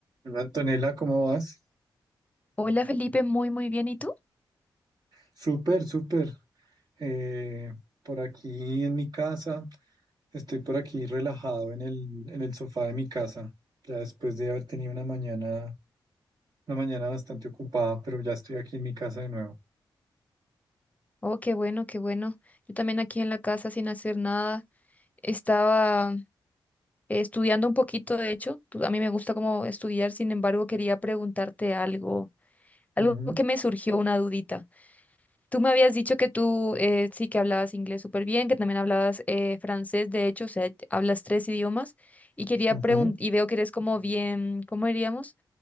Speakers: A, on the right; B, on the left.
A: Hola Antonella, ¿cómo vas?
B: Hola Felipe, muy muy bien. ¿Y tú?
A: Súper, súper. Eh, por aquí en mi casa, estoy por aquí relajado en el, en el sofá de mi casa, ya después de haber tenido una mañana, una mañana bastante ocupada, pero ya estoy aquí en mi casa de nuevo.
B: Oh, qué bueno, qué bueno. Yo también aquí en la casa sin hacer nada. Estaba eh, estudiando un poquito, de hecho. Tú- a mí me gusta como estudiar, sin embargo, quería preguntarte algo, algo
A: Ujú,
B: que me surgió una dudita. Tú me habías dicho que tú eh, sí que hablabas inglés súper bien, que también hablabas eh, francés, de hecho, o sea, hablas tres idiomas y quería
A: ujú.
B: preguntar, y veo que eres como bien, ¿cómo diríamos?